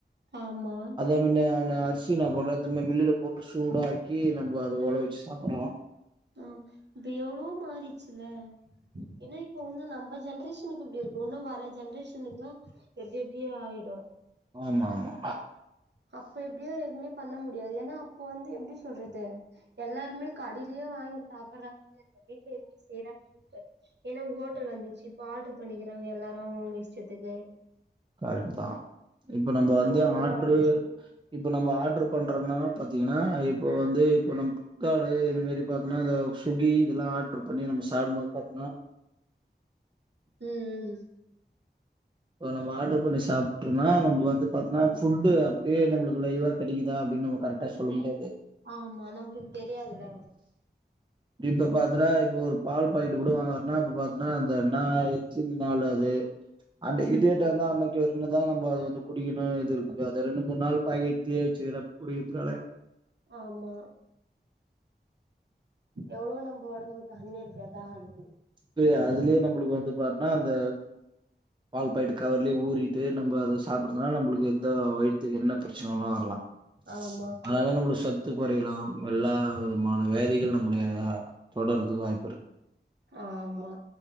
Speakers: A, on the right; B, on the right.
A: ஆமா
B: இந்த அந்த அரிசி நா பண்றது மில்லுல போட்டு சூடாக்கி நம்ம அத உழ வச்சு சாப்புட்றோ
A: ஆ இப்ப எவ்வளோ மாறிடுச்சுல ஏனா இப்ப இன்னு நம்ம ஜென்ரேஷனுக்கு இப்டி இரு இன்னு வர ஜென்ரேஷனுக்ல்லா எப்டி எப்டியோ ஆயிடு
B: ஆமா ஆமா
A: அப்ப எப்படியு எதுவுமே பண்ண முடியாது ஏனா அப்ப வந்து எப்டி சொல்றது எல்லாருமே கடியியே வாங்கி சாப்பிடுற அப்டிங்றத தாண்டி வீட்லே செய்ற மாறி இருக்கு ஏனா ஹோட்டல் வந்துச்சு இப்ப ஆட்ரு பண்ணிக்கிறாங்க எல்லாரு அவுங்க அவுங்க இஸ் செத்துக்கு
B: கர்ட்டு தா இப்ப நம்ம வந்து
A: அந்த மாரி
B: ஆட்ரு
A: ஆயிடுச்சு
B: இப்ப நம்ம ஆட்ரு பண்றோம்னா பாத்தீங்கன்னா இப்ப வந்து இப்ப நம் ளிப்கார்டு இதுமாரி பாத்தனா இதோ சுக்கி இதெல்லா ஆடரு பண்ணி நம்ம சாப்டும்போது பாத்திங்னா
A: ம் ம்
B: இப்ப நம்ம ஆடரு பண்ணி சாப்பிட்டனா நம்ம வந்து பாத்தனா ஃபுட்டு அப்பயே நம்மளுக்கு லைவா கெடைக்குதா அப்டின்னு நம்ம கரக்டா சொல்ல முடியாது
A: ஆமா நம்பளுக்கு தெரியாதுல
B: தீப்ப பாத்தரா இப்போ ஒரு பால் போயிட்டு கூட வாங்கறனா இப்ப பாத்தனா அந்த என்னாய்ச்சு நாலுாவது அந்த
A: ம்
B: இதேட்ட இருந்தா அன்னைக்கி இவருங்க தா நம்ம அது வந்து குடிக்கணு இது இருக்கு அது ருக்னு மு ன் நாள் பக்கேட்லே வச்சுக்கற குடிக்கற்துலால
A: ஆமா எவ்ளோ நம்ம உடம்புக்கு அன்னியத்த தா ஆகுது
B: ப்டியே அதுலயே நம்மளுக்கு வந்து பாத்னா அந்த வால் பைட்டு கவர்லயே ஊறிட்டு நம்ம அத சாப்புட்றதுனா நம்மளுக்கு எந்த வயித்துக்கு என்ன பிரச்சனாலு வரலா
A: ஆமா ஆமா
B: அதாது நம்மளுகு சத்து கொறையலாம் எல்லா விதமான வேதிகள் நம்மள தொடர்றதுக்கு வாய்ப்பு இருக்கு
A: ஆமா